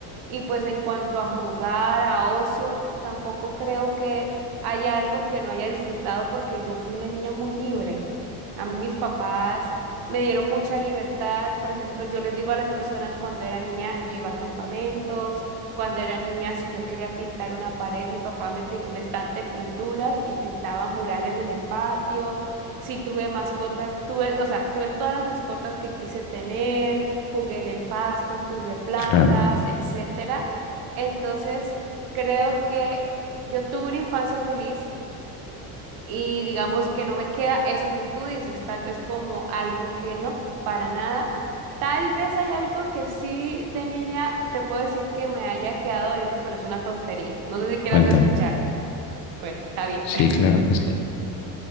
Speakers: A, on the right; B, on the left.
A: Y pues en cuanto a jugar, a ocio, tampoco creo que haya algo que no haya disfrutado porque yo fui una niña muy libre. A mí mis papás me dieron mucha libertad. Por ejemplo, yo les digo a las personas cuando era niña, yo iba a campamentos, cuando era niña, si yo quería pintar una pared, mi papá me tenía un estante de pinturas y pintaba murales en el patio. Sí, tuve mascotas, tuve, o sea, tuve todas las mascotas que quise tener, jugué en el pasto, tuve plantas,
B: Claro,
A: etcétera. Entonces, creo que yo tuve una infancia feliz y digamos que no me queda eso que tú dices, tal vez como algo que no, para nada. Tal vez hay algo que sí de niña te puedo decir que me haya quedado doliendo, pero es una tontería. No sé si quieras
B: cuéntame.
A: escucharla. Bueno, está bien.
B: Sí, claro que sí.